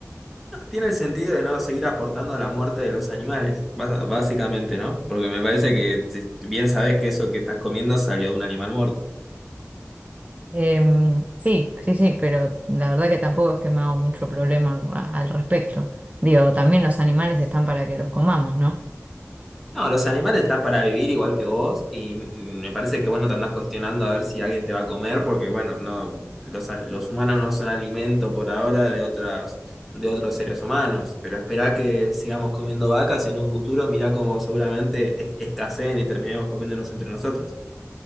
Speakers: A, in the centre; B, on the right.
A: Tiene el sentido de no seguir aportando a la muerte de los animales, bas- básicamente, ¿no? Porque me parece que si- bien sabés que eso que estás comiendo salió de un animal muerto.
B: Em, sí, sí, sí, pero la verdad que tampoco es que me hago mucho problema a- al respecto. Digo, también los animales están para que los comamos, ¿no?
A: No, los animales están para vivir igual que vos y mm, me parece que vos no te andás cuestionando a ver si alguien te va a comer porque, bueno, no, los, an- los humanos no son alimento por ahora de otras, de otros seres humanos, pero esperá que sigamos comiendo vacas en un futuro, mirá cómo seguramente es- escaseen y terminemos comiéndonos entre nosotros.